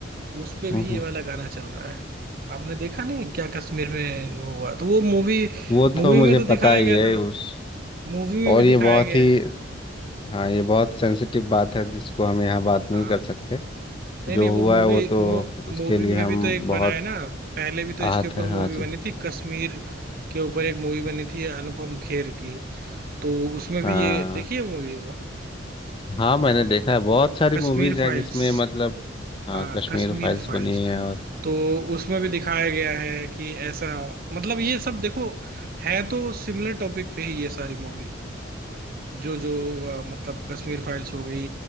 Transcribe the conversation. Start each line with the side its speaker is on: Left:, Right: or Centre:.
Right: उस पे
Left: हम्म,
Right: भी
Left: हम्म।
Right: ये वाला गाना चल रहा है आपने देखा नहीं क्या कश्मीर में वो हुआ तो वो मूवी
Left: वो
Right: मूवी
Left: तो मुझे
Right: में तो दिखाया
Left: पता ही
Right: गया
Left: है
Right: था
Left: उस
Right: मूवी में
Left: और
Right: भी
Left: ये
Right: दिखाया
Left: बहुत
Right: गया
Left: ही
Right: है
Left: हाँ ये बहुत सेंसिटिव बात है जिसको हम यहाँ बात नहीं
Right: हाँ
Left: कर सकते
Right: नहीं
Left: जो
Right: नहीं वो
Left: हुआ
Right: मूवी
Left: है वो तो उसके
Right: मूवी
Left: लिए
Right: में
Left: हम
Right: भी तो एक
Left: बहुत
Right: बना है ना पहले भी तो इसके
Left: आहत
Right: ऊपर
Left: हैं हाँ
Right: मूवी
Left: जी
Right: बनी थी कश्मीर के ऊपर एक मूवी बनी थी अनुपम खेर की तो उसमें
Left: हाँ
Right: भी ये देखिए मूवी वो
Left: हाँ मैंने देखा है बहुत सारी
Right: कश्मीर
Left: मूवीज हैं
Right: फाइल्स
Left: जिसमें मतलब हाँ
Right: हाँ
Left: कश्मीर
Right: कश्मीर
Left: फाइल्स
Right: फाइल्स
Left: बनी है और
Right: तो उसमें भी दिखाया गया है कि ऐसा मतलब ये सब देखो है तो सिमिलर टॉपिक पे ही ये सारी मूवी जो जो अ, मतलब कश्मीर फाइल्स हो गई